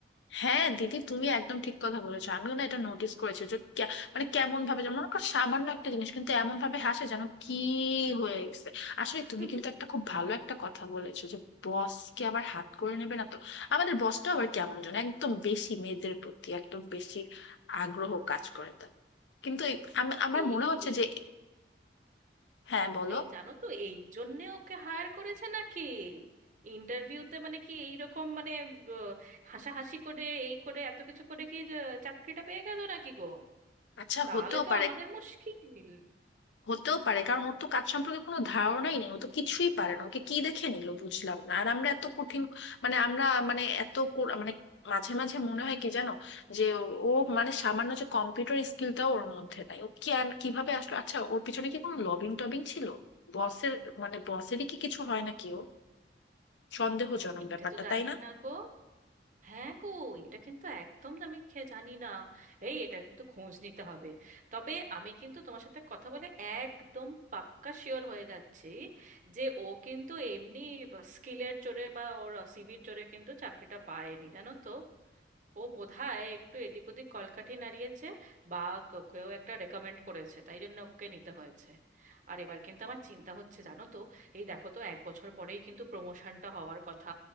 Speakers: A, on the left; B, on the right.
A: হ্যাঁ দিদি তুমি একদম ঠিক কথা বলেছো আমিও না এটা নোটিস করেছি যে কে- মানে কেমন ভাবে যেমন মনে করো সামান্য একটা জিনিস কিন্তু এমন ভাবে হাসে যেন কি হয়ে গেছে আসলে
B: <laughs>
A: তুমি কিন্তু একটা খুব ভালো একটা কথা বলেছো যে বস কে আবার হাত করে নেবে না তো আমাদের বসটা আবার কেমন যেন একদম বেশি মেয়েদের প্রতি একদম বেশি আগ্রহ কাজ করে তার কিন্তু এই- আম- আমার
B: এই
A: মনে হচ্ছে যে হ্যাঁ বলো
B: এই জানো তো এই জন্যে ওকে হায়ার করেছে নাকি ইন্টারভিউতে মানে কি এইরকম মানে ব- হাসাহাসি করে এই করে এত কিছু করে কি যে চাকরিটা পেয়ে গেল নাকি গো
A: আচ্ছা
B: তাহলে
A: হতেও
B: তো
A: পারে
B: আমাদের মুশকিল
A: হতেও পারে কারণ ওর তো কাজ সম্পর্কে কোনো ধারণাই নেই ও তো কিছুই পারে না ওকে কি দেখে নিল বুঝলাম না আর আমরা এত কঠিন মানে আমরা মানে এত কো- মানে মাঝে মাঝে মনে হয় কি জানো যে ও ও মানে সামান্য যে কম্পিউটার স্কিলটাও ওর মধ্যে নাই ও কি আর কিভাবে আসলো আচ্ছা ওর পিছনে কি কোনো লবিং টবিং ছিল বসের মানে বসেরই কি কিছু হয় নাকি ও সন্দেহজনক
B: এটা
A: ব্যাপারটা
B: তো জানি
A: তাই না
B: না গো হ্যাঁ গো এটা কিন্তু একদম আমি খে- জানি না এই এটা কিন্তু খোঁজ নিতে হবে তবে আমি কিন্তু তোমার সাথে কথা বলে একদম পাক্কা শিওর হয়ে যাচ্ছি যে ও কিন্তু এমনি স্কিলের জোরে বা ওর সিভির জোরে কিন্তু চাকরিটা পায়নি জানো তো ও বোধহয় একটু এদিক ওদিক কলকাঠি নাড়িয়েছে বা ক- কেউ একটা রেকমেন্ড করেছে তাই জন্য ওকে নিতে হয়েছে আর এবার কিন্তু আমার চিন্তা হচ্ছে জানো তো এই দেখো তো এক বছর পরেই কিন্তু প্রমোশনটা হওয়ার কথা